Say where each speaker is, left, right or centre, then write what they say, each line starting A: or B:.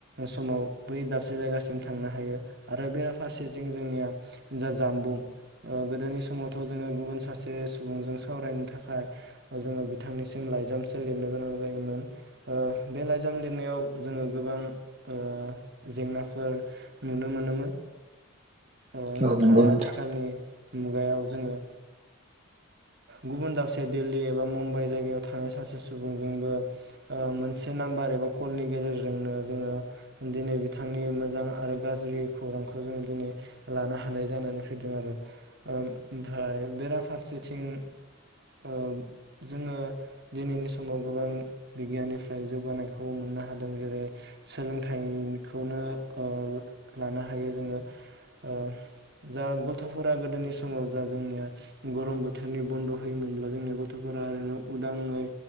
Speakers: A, on the right (about 50°); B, on the right (about 30°).
A: समाव बै दाबसे जायगासिम थांनो हायो आरो बेराफारसेथिं जोंनिया जा जामबुं ओ गोदोनि समावथ' जोङो गुबुन सासे सुबुंजों सावरायनो थाखाय जोङो बिथांनिसिम लाइजामसो लिरनो गोनां जायोमोन ओ बे लाइजाम लिरनायाव जोङो गोबां ओ जेंनाफोर नुनो मोनोमोन। ओ
B: औ
A: नाथाय
B: नंगौ नोंथां
A: आथिखालनि मुगायाव जोङो गुबुन दाबसे दिल्ली एबा मुम्बाइ जायगायाव थानाय सासे सुबुंजोंबो ओ मोनसे नाम्बार एबा कलनि गेजेरजोंनो जोङो दिनै बिथांनि मोजां आरो गाज्रि खौरांखौ जोङो दिनै लानो हानाय जानानै फैदों आरो ओ ओमफाय बेराफारसेथिं ओ जोङो दिनैनि समाव गोबां बिगियाननिफ्राय जौगानायखौ मोननो हादों जेरै सोलोंथाइनिखौनो ओ लानो हायो जोङो ओ जा गथ'फोरा गोदोनि समाव जा जोंनिया गरम बोथो थोरनि बन्द' होयोमोनब्ला जोंनि गथ'फोरा ओरैनो उदाङै